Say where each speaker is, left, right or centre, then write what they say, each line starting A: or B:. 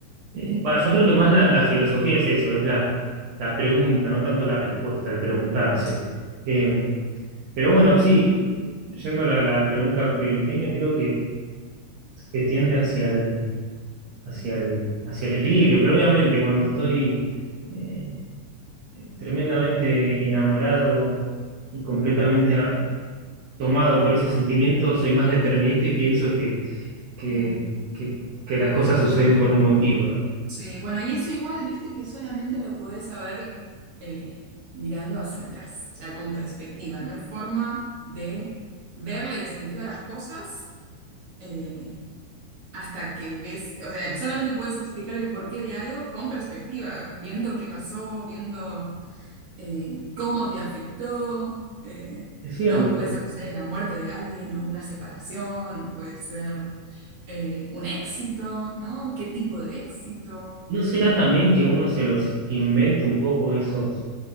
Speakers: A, on the right (about 80°); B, on the right (about 50°).
A: Eh,
B: Mm.
A: va, yo creo que más la, la filosofía es eso, es la, la pregunta, no tanto la respuesta, el preguntarse. Eh, pero bueno, sí, yendo a la, la pregunta primigenia, creo que, que tiende hacia el, hacia el, hacia el equilibrio, pero obviamente cuando estoy eh, tremendamente enamorado y completamente a- tomado por ese sentimiento, soy más determinista y pienso que, que,
B: mm.
A: que- que las cosas suceden por un motivo, ¿no?
B: Sí, bueno, y eso igual, viste que solamente lo podés saber eh, mirando hacia atrás, o sea, con perspectiva. No hay forma de verle el sentido a las cosas eh, hasta que ves, o sea, solamente puedes explicar el porqué de algo con perspectiva, viendo qué pasó, viendo eh, cómo te afectó, eh,
A: Es cierto.
B: ¿no? Puede ser, no sé, la muerte de alguien o una separación, o puede ser eh, un éxito, ¿no? ¿Qué tipo de éxito?
A: ¿No será
B: Eh,
A: también que uno se los inventa un poco esos,